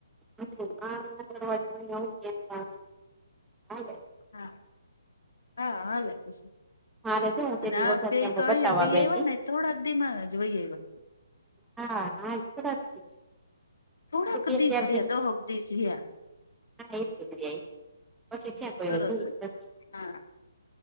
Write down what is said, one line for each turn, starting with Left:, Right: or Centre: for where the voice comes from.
Centre: <inaudible>
Left: હા, હા હાલે સ.
Centre: મારે જો હું તે
Left: અને
Centre: દી
Left: આ
Centre: વઘાસિયામાં
Left: બે તો આ
Centre: બતાવવા
Left: વઈ આવ્યા
Centre: ગઈ તી
Left: ને થોડા દીમા જ વહી આયવા.
Centre: હા હાજ થરા થી જ.
Left: થોડાક
Centre: બે
Left: દીજ
Centre: ચાર
Left: રયા
Centre: દિન
Left: દહક દીજ રયા.
Centre: હા એ <inaudible> પસી ક્યાં કોઈ
Left: તરત
Centre: જોઈ
Left: જ.
Centre: નથી
Left: હા